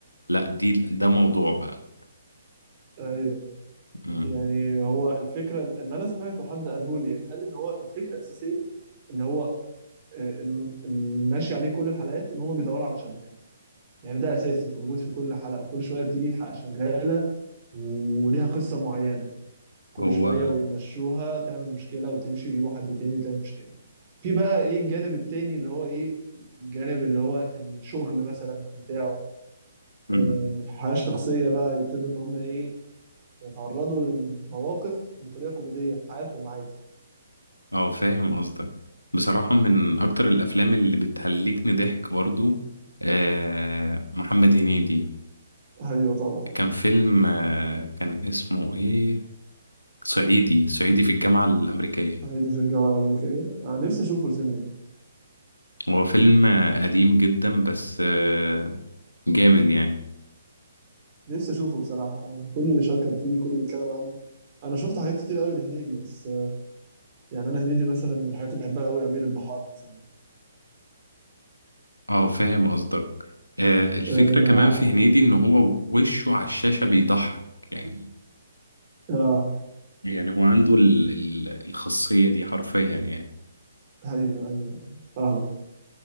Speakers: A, on the left; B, on the right.
A: لا دي ده موضوع بقى
B: ايوه
A: مم.
B: يعني هو الفكرة اللي أنا سمعته حد قاله لي يعني قال لي إن هو الفكرة الأساسية إن هو آه، إن- اللي ماشي عليه كل الحلقات إن هم بيدوروا على شغالة يعني ده أساسي موجود في كل حلقة وكل شوية بتيجي حلقة شغالة وليها قصة معينة كل
A: هو
B: شوية ويمشوها تعمل مشكلة وتمشي يجيبوا حد تاني وتعمل مشكلة في بقى إيه الجانب التاني اللي هو إيه الجانب اللي هو الشغل مثلا بتاعه
A: مم.
B: آه، الحياة الشخصية بقى يبتدوا إن هم إيه يتعرضوا لمواقف بطريقة كوميدية في حياتهم عادي
A: اه فاهم قصدك بصراحة من أكتر الأفلام اللي بتهلكني ضحك برضو آه محمد هنيدي
B: ايوه طبعا
A: كان فيلم آه كان اسمه إيه صعيدي صعيدي في الجامعة الأمريكية
B: صعيدي في الجامعه الامريكيه انا نفسي اشوفه الفيلم ده
A: هو فيلم آه، قديم جدا بس آه جامد يعني
B: نفسي اشوفه بصراحه يعني كله بيشكر فيه كله بيتكلم عنه انا شفت حاجات كتير قوي لهنيدي بس آه، يعني انا هنيدي مثلا من الحاجات اللي بحبها قوي امير البحار مثلا
A: اه فاهم قصدك آه الفكرة
B: اه,
A: كمان في هنيدي إن هو وشه على الشاشة بيضحك يعني
B: آه
A: يعني هو عنده ال- ال- الخاصية دي حرفيا يعني
B: ايوه ايوه فاهمك